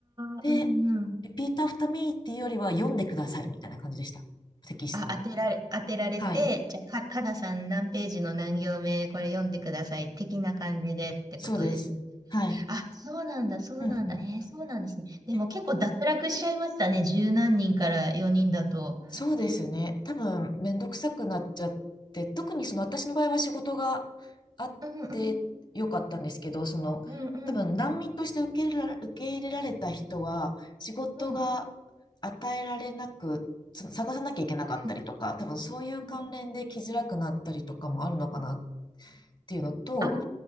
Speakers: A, on the right; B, on the left.
A: あ、
B: で、
A: うんうん。
B: リピートアフターミーっていうよりは読んでくださいみたいな感じでした。テキストを。
A: あ、当てられ、当てられて、
B: はい。
A: じゃあ、か、かなさん何ページの何行目、これ読んでください、的な感じでってことですね。
B: そうです。はい。
A: あ、そうなんだ、そうなんだ。
B: うんうん。
A: えーそうなんですね。でも結構脱落しちゃいましたね。
B: え
A: 十何人から4人だと。
B: そうですね。多分、めんどくさくなっちゃって、特にその私の場合は仕事があってよかったんですけど、
A: うんうん。
B: その、
A: うんうん。
B: 多分難民として受け入れら、受け入れられた人は、仕事が与えられなく、
A: うん
B: つ探さなきゃいけなかったりとか、
A: うん。
B: 多分そういう関連で来づらくなったりとかもあるのかなっ
A: うん
B: ていうのと、
A: ああー、